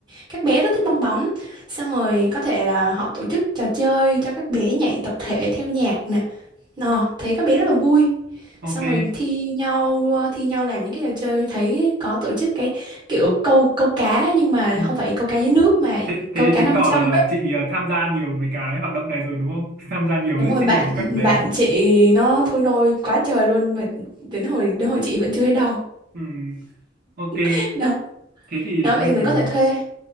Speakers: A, on the right; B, on the right.
A: các bé rất thích bong bóng xong rồi có thể là họ tổ chức trò chơi cho các bé nhảy tập thể theo nhạc nè ờ thấy các bé rất là vui
B: ok
A: xong rồi thi nhau ờ, thi nhau làm những cái trò chơi thấy có tổ chức cái kiểu câu câu cá nhưng mà
B: ừ.
A: không phải câu cá dưới nước mà
B: thế
A: câu
B: thế
A: cá
B: chứng
A: nam
B: tỏ
A: châm
B: là chị à, tham gia nhiều mấy cái hoạt động này rồi đúng không <laughs> tham gia nhiều
A: Đúng
B: lễ
A: rồi
B: sinh
A: bạn
B: nhật của các bé
A: bạn chị nó thôi nôi quá trời luôn mà đến hồi đến hồi chị vẫn chưa thấy đâu.
B: Ừm, ok
A: <laughs> Đó.
B: thế thì
A: Đó
B: bây
A: vậy thì mình
B: giờ
A: có thể thuê